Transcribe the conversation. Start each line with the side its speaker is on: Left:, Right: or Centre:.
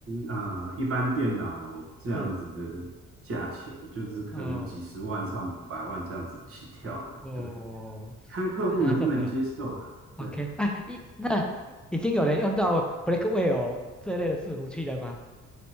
Right: 呃一般电脑这样子的价钱，
Centre: 是
Right: 就是可能几十万、
Centre: 哦
Right: 上百万这样子起跳的。
Centre: 哦，
Right: 对，看客户能不能接受啦。
Centre: 啊这样子啊，OK，
Right: 对。
Centre: 哎，一那已经有人用到 Blackwell 这类的伺服器了吗？